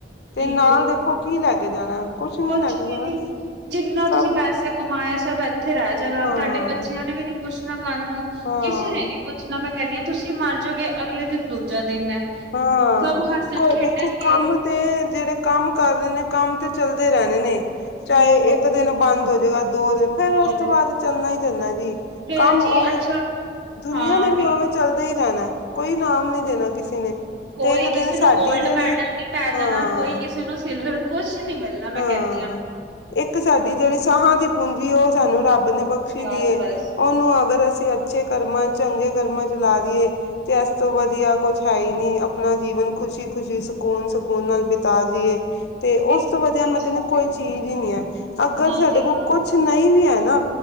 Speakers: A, on the left (about 70°); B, on the right (about 80°).
A: ਤੇ
B: ਬਿਲਕੁਲ
A: ਨਾਲ ਦੇਖੋ
B: ਬਿਲਕੁਲ,
A: ਕੀ ਲੈ ਕੇ ਜਾਣਾ ਨੀ
B: ਕੁਛ
A: ਲੈ ਕੇ
B: ਵੀ
A: ਜਾਣਾ
B: ਨੀ ਜਿੰਨਾ
A: ਸਭ
B: ਤੁਸੀਂ ਪੈਸਾ ਕਮਾਇਆ ਸਭ ਇੱਥੇ ਰਹਿ ਜਾਣਾ
A: ਹਾਂ
B: ਤੁਹਾਡੇ ਬੱਚਿਆਂ ਨੇ ਵੀ ਨ ਪੁੱਛਣਾ ਕੱਲ ਨੂੰ
A: ਹਾਂ
B: ਕਿਸੇ ਨੇ ਨੀ ਪੁੱਛਣਾ ਮੈਂ ਕਹਿਣੀ ਹ ਤੁਸੀਂ ਮਰ ਜਾਓਗੇ ਅਗਲੇ ਦਿਨ ਦੂਜਾ ਦਿਨ ਹੈ
A: ਹਾਂ
B: ਸਭ ਹੱਸਣ
A: ਕ
B: ਖੇਡਣਗੇ
A: ਦੇਖੋ ਕਮ ਤੇ ਜਿਹੜੇ ਕੰਮ ਕਰ ਰਹੇ ਨੇ, ਕੰਮ ਤੇ ਚੱਲਦੇ ਰਹਿਣੇ ਨੇ ਚਾਹੇ
B: ਹੋਰ
A: ਇੱਕ ਦਿਨ ਬੰਦ ਹੋਜਏਗਾ ਦੋ ਦਿਨ, ਫੇਰ
B: ਬਹੁਤ
A: ਉਸ ਤੋਂ ਬਾਅਦ ਚੱਲਣਾ ਹੀ ਚੱਲਣਾ ਜੀ।
B: ਫੇਰ
A: ਕੰਮ ਉਵੇਂ,
B: ਜੀ ਅੱਛਾ
A: ਦੁਨੀਆਂ
B: ਹਾਂ
A: ਦੇ ਵੀ
B: ਬਿਲਕੁਲ
A: ਉਵੇਂ। ਚਲਦੇ, ਹੀ ਰਹਿਣਾ ਕੋਈ, ਇਨਾਮ ਨੀ ਦੇਣਾ, ਕਿਸੇ ਨੇ।
B: ਕੋਈ,
A: ਤੇ ਇੱਕ
B: ਕਿਸੇ
A: ਦਿਨ ਸਾਡੀ
B: ਨੂੰ। ਗੋਲਡ
A: ਜਿਹੜੀ
B: ਮੈਡਲ, ਵੀ ਪੈ ਜਾਣ
A: ਹਾਂ
B: ਨਾ ਕੋਈ ਕਿਸੇ, ਨੂੰ ਸਿਲਵਰ ਕੁਛ ਨੀ ਮਿਲਣਾ ਮੈਂ
A: ਹਾਂ
B: ਕਰਨੀ ਆਂ।
A: ਇੱਕ ਸਾਡੀ ਜਿਹੜੀ ਸਾਹਾਂ ਦੀ ਪੂੰਜੀ ਏ, ਓਹ ਸਾਨੂੰ ਰੱਬ ਨੇ ਬਖਸ਼ੀ ਦੀਏ।
B: ਬਸ ਬਸ
A: ਉਹਨੂੰ ਅਗਰ ਅਸੀਂ ਅੱਛੇ ਕਰਮਾਂ ਚੰਗੇ ਕਰਮਾਂ 'ਚ ਲਾ ਦੀਏ ਤੇ ਇਸ ਤੋਂ ਵਧੀਆ ਕੁਛ ਹਾਏ ਨੀ, ਆਪਣਾ ਜੀਵਨ, ਖੁਸ਼ੀ-ਖੁਸ਼ੀ, ਸਕੂਨ-ਸਕੂਨ, ਨਾਲ ਬਿਤਾ ਜਾਈਏ। ਤੇ
B: ਬਿਲਕੁਲ
A: ਉਸ <inaudible> ਤੋਂ ਵਧੀਆ,
B: ਸੱਚ
A: ਮੈਂ ਕਹਿੰਦਾ
B: ਗੱਲ
A: ਕੋਈ
B: ਏ।
A: ਚੀਜ਼ ਹੀ ਨਹੀਂ ਹੈ। ਅਗਰ
B: ਨਾ
A: ਸਾਡੇ
B: ਜੀ
A: ਕੋਲ,
B: ਨਾ
A: ਕੁਛ ਨਹੀਂ ਵੀ, ਹੈ ਨਾ?